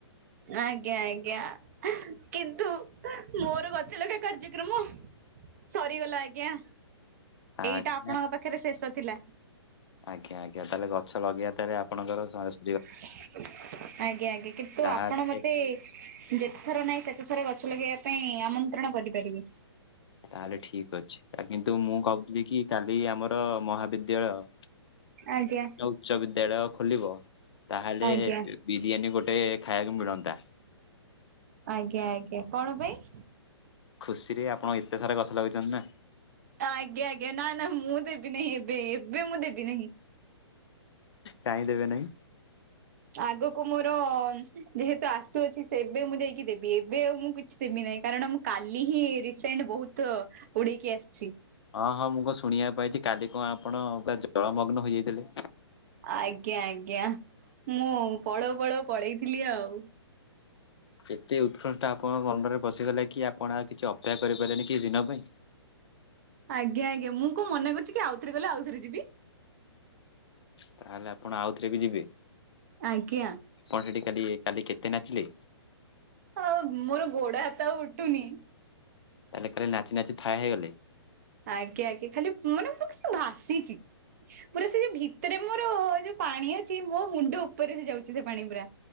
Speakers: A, on the right (about 35°); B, on the left (about 70°).
A: ଆଜ୍ଞା, ଆଜ୍ଞା, କିନ୍ତୁ ମୋର ଗଛ ଲଗା କାର୍ଯ୍ୟକ୍ରମ ସରିଗଲା ଆଜ୍ଞା। ଏଇଟା
B: ଆଜ୍ଞା
A: ଆପଣଙ୍କ ପାଖରେ ଶେଷ ଥିଲା।
B: ଆଜ୍ଞା, ଆଜ୍ଞା, ତାହେଲେ ଗଛ ଲଗେଇବା ତାହଲେ ଆପଣଙ୍କର ସଁ ସ
A: ଆଜ୍ଞା, ଆଜ୍ଞା, କିନ୍ତୁ
B: ତାହେଲେ
A: ଆପଣ ମତେ ଯେତେଥର ନାହିଁ, ସେତେ ଥର ଗଛ ଲଗେଇବା ପାଇଁ ଆମନ୍ତ୍ରଣ କରିପାରିବେ।
B: ତାହେଲେ ଠିକ ଅଛି। ଏ କିନ୍ତୁ ମୁଁ କହୁଥିଲି କି କାଲି ଆମର ମହାବିଦ୍ୟାଳୟ
A: ଆଜ୍ଞା
B: ତ ଉଚ୍ଚ ବିଦ୍ୟାଳୟ ଖୋଲିବ ତାହେଲେ
A: ଆଜ୍ଞା
B: ବିରିୟାନୀ ଗୋଟେ ଖାଇବାକୁ ମିଳନ୍ତା।
A: ଆଜ୍ଞା, ଆଜ୍ଞା, କଣ ପାଇଁ?
B: ଖୁସିରେ ଆପଣ ଏତେ ସାରା ଗଛ ଲଗେଇଚନ୍ତି ନା।
A: ଆଜ୍ଞା, ଆଜ୍ଞା, ନା ନା ମୁଁ ଦେବି ନାହିଁ ଏବେ। ଏବେ ମୁଁ ଦେବି ନାହିଁ।
B: କଇଁ ଦେବେ ନାହିଁ?
A: ଆଗକୁ ମୋର ଯେହେତୁ ଆସୁ ଅଛି ସେବେ ମୁଁ ଯାଇକି ଦେବି। ଏବେ ଆଉ ମୁଁ କିଛି ଦେବି ନାହିଁ। କାରଣ ମୁଁ କାଲି ହିଁ ରିସେଣ୍ଟ ବହୁତ ଉଡେଇକି ଆସିଛି।
B: ଅଁ, ହଁ ମୁଁ କଣ ଶୁଣିବାକୁ ପାଇଛି କାଲି କଣ ଆପଣ ପୁରା ଜଳମଗ୍ନ ହୋଇଯାଇଥିଲେ।
A: ଆଜ୍ଞା, ଆଜ୍ଞା, ମୁଁ ପଳଉ ପଳଉ ପଳେଇଥିଲି ଆଉ।
B: ଏତେ ଉତ୍କଣ୍ଠା ଆପଣଙ୍କ ମନରେ ପସିିଗଲା କି ଆପଣ ଆଉ କିଛି ଅପେକ୍ଷା କରିପାଇଲେନିକି କି ଦିନ ପାଇଁ?
A: ଆଜ୍ଞା, ଆଜ୍ଞା ମୁଁ କଣ ମନା କରୁଛି କି ଆଉଥରେ ଗଲେ ଆଉଥରେ ଯିବି।
B: ତାହେଲେ ଆପଣ ଆଉ ଥରେ ବି ଯିବେ?
A: ଆଜ୍ଞା।
B: ଆପଣ ସେଠି କାଲି କାଲି କେତେ ନାଚିଲେ?
A: ଆଉ ମୋର ଗୋଡ ହାତ ଆଉ ଉଠୁନି।
B: ତାହେଲେ କାଲି ନାଚ ନାଚି ଥା ହେଇଗଲେ?
A: ଆଜ୍ଞା, ଆଜ୍ଞା ଖାଲି ମାନେ ମୁଁ <inaudible> ଭାସିଛି। ପୁରା ସେ ଯୋଉ ଭିତରେ ମୋର ଯୋଉ ପାଣି ଅଛି ମୋ ମୁଣ୍ଡ ଉପରେ ସେ ଯାଉଛି ସେ ପାଣି ପୁରା।